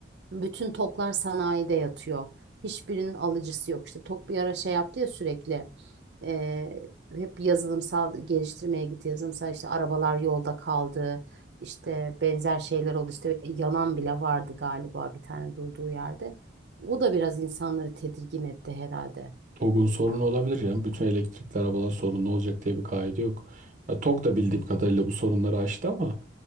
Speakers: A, on the right; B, on the right.
A: Bütün toklar sanayide yatıyor. Hiçbirinin alıcısı yok. İşte Tok bir ara şey yaptı ya sürekli. Eee, hep yazılımsal geliştirmeye gitti. Yazılımsal işte arabalar yolda kaldı. İşte benzer şeyler oldu. İşte yanan bile vardı galiba bir tane durduğu yerde. O da biraz insanları tedirgin etti herhalde.
B: TOGG'un sorunu olabilir yani. Bütün elektrikli arabalar sorunlu olacak diye bir kaide yok. Ya, TOGG da bildiğim kadarıyla bu sorunları aştı ama